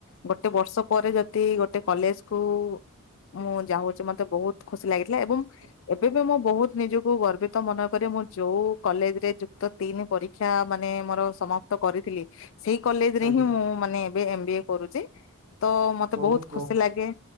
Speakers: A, on the right; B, on the left.
A: ଆଜ୍ଞା
B: ଗୋଟେ ବର୍ଷ। ପରେ ଯଦି ଗୋଟେ କଲେଜ କୁ ମୁଁ ଯାଉଛି ମତେ ବହୁତ୍ ଖୁସି ଲାଗିଥିଲା ଏବଂ।
A: ଆଜ୍ଞା।
B: ଏବେ ବି ମୁଁ ବହୁତ୍ ନିଜକୁ ଗର୍ବିତ ମନେକରେ। ମୁଁ ଯୋଉ କଲେଜ ରେ ଯୁକ୍ତ ତିନି ପରିକ୍ଷା। ରିକ୍ଷ୍ୟା ମାନେ ମୋର ସମା। ପ୍ତକରିଥିଲି ସେଇ କଲେଜ ରେ
A: ଆଜ୍ଞା।
B: ହିଁ ମୁଁ ମାନେ ଏବେ ଏମ ବି ଏ କରୁଛି। ତ ମତେ
A: ବହୁତ
B: ବହୁତ୍ ଖୁସି ଲାଗେ